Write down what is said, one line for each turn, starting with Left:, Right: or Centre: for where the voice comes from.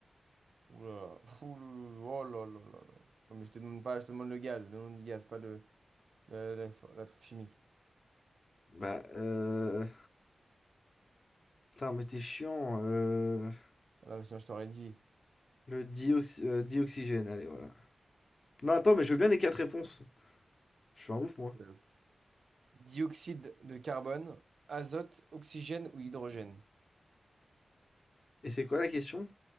Right: Ouh là là. Ouh là là là. <laughs> Oh là là là là. Ouais, mais je te demande pas, je te demande le gaz, le nom du gaz, pas le, la, la- la- la truc chimique.
Left: Bah, heu, putain, mais t'es chiant, heu,
Right: Ah Non, mais sinon, je t'aurais dit.
Left: le dioxy heu, dioxygène, allez, voilà. Non, attends, mais je veux bien les 4 réponses. Je suis un ouf, moi.
Right: euh, Dioxyde de carbone, azote, oxygène ou hydrogène?
Left: Et c'est quoi la question?